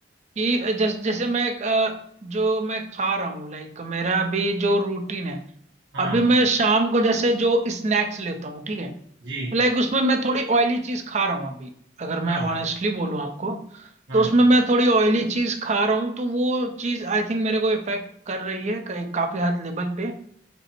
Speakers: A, on the right; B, on the right.
A: कि जैसे जैसे मैं अ, जो मैं खा रहा हूँ लाइक मेरा अभी जो रूटीन है
B: हाँ
A: अभी मैं
B: हाँ
A: शाम को जैसे जो स्नैक्स लेता हूँ ठीक है
B: जी
A: लाइक उसमें मैं थोड़ी ऑयली चीज खा रहा हूँ अभी अगर मैं
B: हाँ
A: ऑनेस्टली
B: हाँ
A: बोलूँ आपको
B: हाँ
A: तो उसमें
B: हाँ
A: मैं थोड़ी ऑयली चीज खा रहा हूँ तो वो चीज आई थिंक मेरे को इफेक्ट कर रही है कई- काफी हद लेवल पे